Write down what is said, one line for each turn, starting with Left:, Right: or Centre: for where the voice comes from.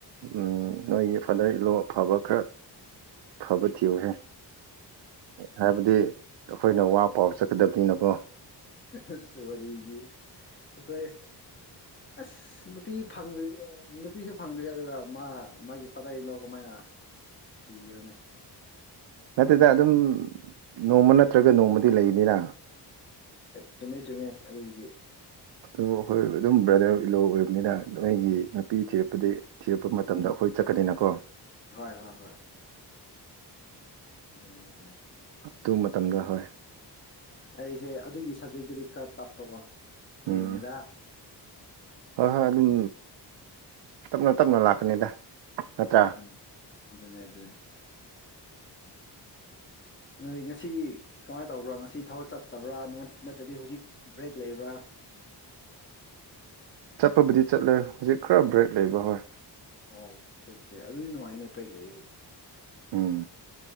Right: ꯎꯝ ꯅꯣꯏꯒꯤ ꯐꯥꯗꯔ ꯏꯟ ꯂꯣ ꯑꯐꯕ ꯈꯔ ꯐꯕ ꯊꯤꯌꯨꯍꯦ ꯍꯥꯏꯕꯗꯤ ꯑꯩꯈꯣꯏꯅ ꯋꯥ ꯄꯥꯎ ꯆꯠꯀꯗꯕꯅꯤꯅꯀꯣ
Left: ꯑꯁ ꯋꯥꯔꯤꯗꯤ ꯑꯈꯣꯏ ꯑꯁ ꯑꯁ ꯅꯨꯄꯤ ꯐꯪꯗ ꯅꯨꯄꯤꯁꯨ ꯐꯪꯗꯔ꯭ꯦꯗꯅ ꯃꯥ ꯃꯥꯒꯤ ꯐꯗꯔ ꯏꯟ ꯂꯣ ꯀꯃꯥꯏꯅ ꯊꯤꯔꯅꯦ
Right: ꯅꯠꯇꯦꯗ ꯑꯗꯨꯝ ꯅꯣꯡꯃ ꯅꯠꯇ꯭ꯔꯒ ꯅꯣꯡꯃꯗꯤ ꯂꯩꯅꯤꯅ
Left: ꯆꯨꯝꯃꯦ ꯆꯨꯝꯃꯦ ꯑꯗꯨꯒꯤꯗꯤ
Right: ꯎꯝ ꯑꯗꯨꯝ ꯑꯩꯈꯣꯏ ꯑꯗꯨꯝ ꯕ꯭ꯔꯗꯔ ꯏꯜꯂꯣ ꯑꯣꯏꯕꯅꯤꯅ ꯅꯣꯏꯒꯤ ꯅꯨꯄꯤ ꯊꯤꯔꯛꯄꯗꯤ ꯊꯤꯔꯛꯄ ꯃꯇꯝꯗ
Left: ꯎꯝ
Right: ꯑꯩꯈꯣꯏ ꯆꯠꯀꯅꯤꯅꯀꯣ
Left: ꯍꯣꯏ ꯍꯣꯏ ꯍꯣꯏ ꯑꯗꯨꯅꯦ ꯑꯗꯨꯅꯦ
Right: ꯑꯗꯨ ꯃꯇꯝꯗ ꯍꯣꯏ
Left: ꯑꯩꯁꯦ ꯑꯗꯨꯒꯤ ꯁꯞꯖꯦꯛꯇꯨꯗꯤ ꯈꯔ ꯇꯞꯄꯀꯣ ꯑꯗꯨꯒꯤꯅꯦꯗ
Right: ꯎꯝ ꯍꯣꯏ ꯍꯣꯏ ꯑꯗꯨꯝ ꯇꯞꯅ ꯇꯞꯅ ꯂꯥꯛꯀꯅꯤꯗ ꯅꯠꯇ꯭ꯔꯥ
Left: ꯎꯝ ꯎꯝ ꯑꯗꯨꯅꯦ ꯑꯗꯨꯅꯦ ꯑꯗꯨꯗꯤ ꯉꯁꯤ ꯀꯃꯥꯏꯅ ꯇꯧꯕ꯭ꯔꯥ ꯉꯁꯤ ꯊꯕꯛ ꯆꯠꯇꯕ꯭ꯔꯥ ꯅꯠꯇ꯭ꯔꯗꯤ ꯍꯧꯖꯤꯛ ꯕ꯭ꯔꯦꯛ ꯂꯩꯕ꯭ꯔꯥ
Right: ꯆꯠꯄꯕꯨꯗꯤ ꯆꯠꯂꯦ ꯍꯧꯖꯤꯛ ꯈꯔ ꯕ꯭ꯔꯦꯛ ꯂꯩꯕ ꯍꯣꯏ
Left: ꯑꯣꯈꯦꯈꯦ ꯑꯗꯨꯗꯤ ꯅꯨꯡꯉꯥꯏꯅꯦ ꯕ꯭ꯔꯦꯛ ꯂꯩꯔꯗꯤ
Right: ꯎꯝ